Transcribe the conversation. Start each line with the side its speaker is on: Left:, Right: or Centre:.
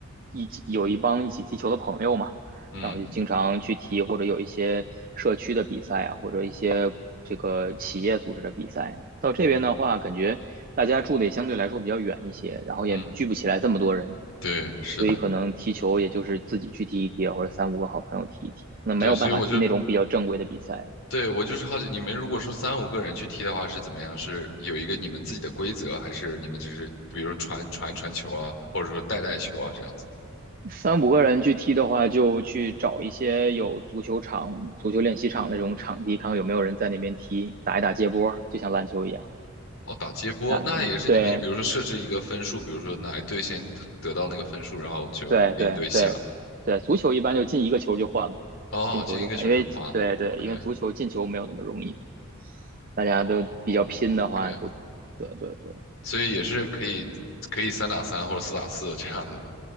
Right: 一起有一帮一起踢球的朋友嘛，
Left: 嗯
Right: 然后就经常去踢，或者有一些社区的比赛啊，或者一些这个企业组织的比赛。到这边的话，
Left: 嗯
Right: 感觉大家住的也相对来说比较远一些，然后也聚不起来这么多人，
Left: 嗯，对，是的。
Right: 所以可能踢球也就是自己去踢一踢啊，或者三五个好朋友踢一踢，可能没有办法踢那种比较正规的比赛。
Left: 对，所以我就对我就是好奇，你们如果说三五个人去踢的话是怎么样？是有一个你们自己的规则，还是你们只是比如说传传一传球啊，或者说带带球啊这样子？
Right: 三五个人去踢的话，就去找一些有足球场、足球练习场那种场地，看看有没有人在那边踢，打一打接波，就像篮球一样。
Left: 哦，打接波，
Right: 但对
Left: 那也是你们，比如说设置一个分数，比如说哪一队先得到那个分数，然后就另一队下。
Right: 对对对对，足球一般就进一个球就换嘛，
Left: 哦，
Right: 进球就换，
Left: 进一个球就花了。
Right: 因为足对对，
Left: OK，
Right: 因为足球进球没有那么容易，大家都比较拼的话就，
Left: 哦，OK，
Right: 对对对
Left: 所以也是可以可以三打三或者四打四这样子。